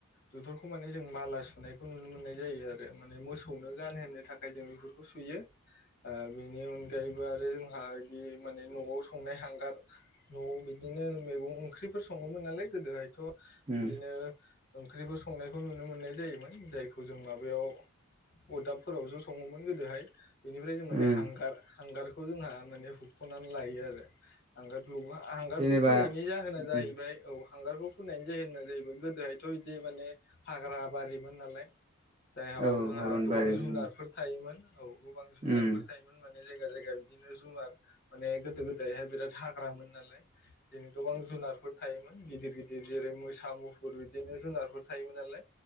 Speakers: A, on the left; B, on the right.
A: बेफोरखौ माने जों माला सुनायखौ नुनो मोननाय जायो आरो माने मोसौनो गानहोनो थाखाय जों बेफोरखौ सुयो ओ बेनि अनगायैबो आरो जोंहा बिदि माने न'आव संनाय हांगार, न'आव बिदिनो मैगं ओंख्रिफोर सङोमोन नालाय गोदोहायथ' बिदिनो
B: उम
A: ओंख्रिफोर संनायखौ नुनो मोननाय जायोमोन जायखौ जों माबायाव अदाबफोरावसो सङोमोन गोदोहाय बेनिफ्राय जों माने
B: उम
A: हांगार हांगारखौ जोंहा माने हुख'नानै लायो आरो हांगार नङा हांगारखौ
B: जेनेबा
A: फुननायनि जाहोना जाहैबाय
B: उम
A: औ हांगारखौ फुननायनि जाहेना जाहैबाय गोदोहायथ' इदि माने हाग्रा बारिमोन नालाय जायहाव
B: औ
A: जोंहा
B: अरनबारि
A: गोबां जुनारफोर
B: उम
A: थायोमोन औ गोबां जुनारफोर
B: उम
A: थायोमोन मान ने जायगा जायगा बिदिनो जुनार माने गोदो गोदायहाय बिराथ हा ग्रा मोन नालाय बिदिनो गोबां जुनारफोर थायोमोन गिदिर गिदिर जेरै मोसा मुफुर बिदिनो जु नारफोर थायोमोन नालाय